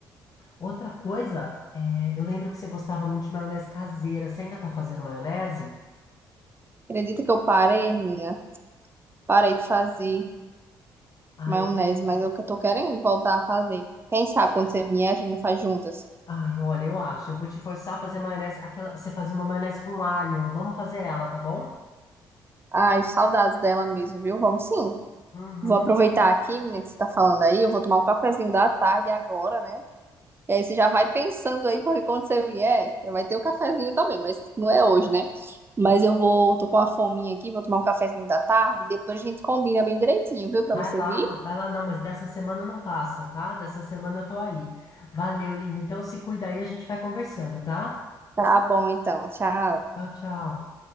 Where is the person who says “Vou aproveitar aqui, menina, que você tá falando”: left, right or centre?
Right